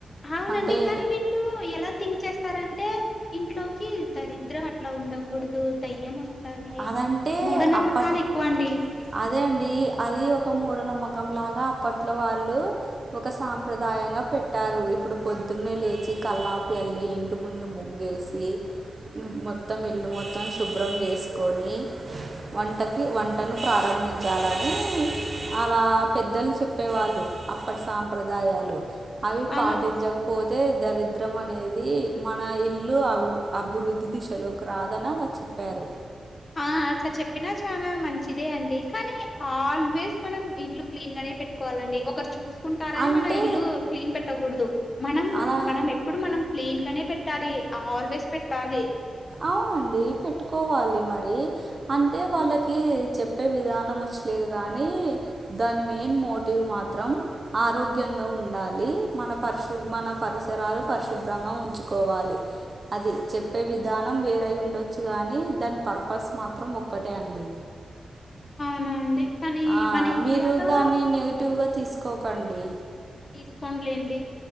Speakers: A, on the left; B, on the right.
A: అవునండి
B: అంటే
A: కాని వీల్ లూ ఎలా థింక్ చేస్తారంటే ఇంట్లోకి దరిద్రం అట్ల ఉండకూడదు దయ్యమొస్తది
B: అదంటే
A: మూఢనమ్మకాలు
B: అప్పట్
A: ఎక్కువ అండి
B: అదే అండి అది ఒక మూఢనమ్మకం లాగా అప్పట్లో వాళ్ళు ఒక సాంప్రదాయంగ పెట్టారు ఇప్పుడు పొద్దున్నే లేచి కల్లాపు జల్లి ఇన్ టి ముందు ముగ్గేసి మొత్తం ఇల్లు మొత్తం శుభ్రం చేసుకొని వంటకి వంటను ప్రారంభించాలని అలా పెద్దలు చెప్ ప్పేవాళ్ళు అప్పటి సాంప్రదాయాలు అవి పాటించకప్
A: అవు
B: పోతే దరిద్రం అనేది మన ఇల్లు అబ్ అభివృద్ధి దిశలోకి రాదని అలా చెప్ ప్పారు
A: ఆ అట్ల చెప్పినా చాలా మంచిదే అండి కనీ ఆల్వేస్ మనం ఇల్లు క్లీన్ గనే పెట్ కోవాలండి ఒకరు చూసుకుంటారని
B: అంటే
A: మనం ఇల్లు క్లీన్ పెట్టకూడదు మనం
B: అలా
A: మనమెప్ ప్పుడు మనం క్లీన్ గనే పెట్టాలి ఆల్వేస్ పెట్టాలి
B: అవునండి పెట్టుకోవాలి మరి అంటే వాళ్ళకి చెప్పే విధానం వచ్చిలేదు గానీ దాని మెయిన్ మోటివ్ మాత్రం ఆరోగ్యంగ ఉండాలి మన పరిశు మన పరిసరాలు పరిశుభ్రంగా ఉంచుకోవాలి అది
A: అవునండి
B: చెప్పే విధానం వేరై ఉండొచ్చు కానీ దాని పర్పస్ మాత్రం ఒక్కటే అండి
A: అవునండి. కానీ
B: ఆ
A: మన ఇండియాలో
B: మీరు దాన్ని నెగటివ్గ తీసుకోకండి
A: తీసుకోంలేండి